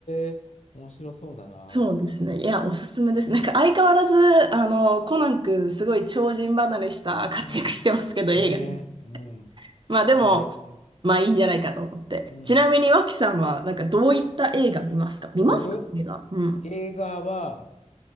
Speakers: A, on the left; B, on the right.
A: え、面白そうだな。
B: そうですね。いや、おすすめです。なんか相変わらず、あの、コナン君、すごい超人離れした活躍してますけど、
A: うん。
B: 映画に。
A: ねえ。うん。
B: まあでも、
A: あれ、
B: まあいいんじゃないかと思って。
A: うん。
B: ちなみに、脇さんは、なんかどういった映画見ますか見ますか映画。
A: 僕、
B: うん。
A: 映画は、